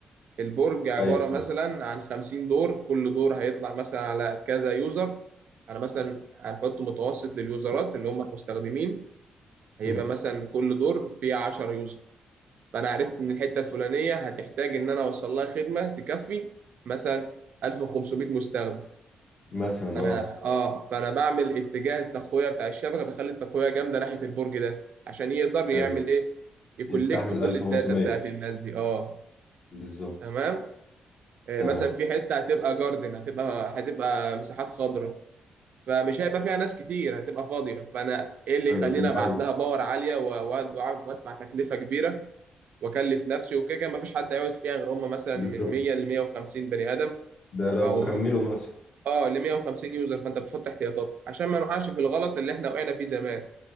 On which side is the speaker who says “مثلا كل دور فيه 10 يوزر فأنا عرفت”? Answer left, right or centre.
Right